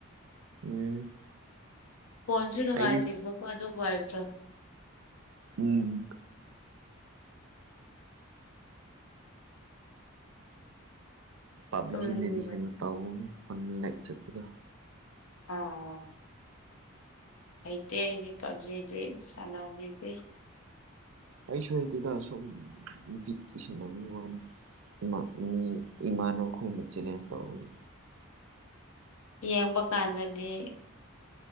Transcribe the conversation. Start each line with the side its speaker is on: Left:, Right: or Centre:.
Right: ꯎꯝ
Left: ꯐꯣꯟꯁꯨ ꯅꯨꯡꯉꯥꯏꯇꯦꯕ
Right: ꯑꯩꯗꯤ
Left: ꯑꯗꯨ ꯍꯥꯏꯕꯗ
Right: ꯎꯝ ꯄꯕꯖꯤꯅꯗꯤ
Left: ꯇꯨꯝꯅꯤꯡꯕ
Right: ꯍꯦꯟꯅ ꯇꯧꯅꯤ ꯐꯟ ꯂꯥꯏꯔꯤꯛ ꯆꯠꯄꯗ
Left: ꯑꯥ ꯍꯩꯇꯦ ꯑꯩꯗꯤ ꯄꯞꯖꯤꯗꯤ ꯁꯅꯥꯕꯤꯗꯤ
Right: ꯑꯩꯁꯨ ꯍꯇꯦꯗ ꯁꯨꯝ ꯕꯤꯠꯀꯤ ꯁꯥꯅꯕꯒꯤ ꯋꯥꯅꯤ ꯃꯤ ꯏꯃꯥꯟꯅꯕ ꯑꯩꯈꯣꯏꯅ ꯆꯦꯂꯦꯟꯖ ꯇꯧꯕꯧꯕꯒꯤ
Left: ꯌꯦꯡꯕ ꯀꯥꯟꯗꯗꯤ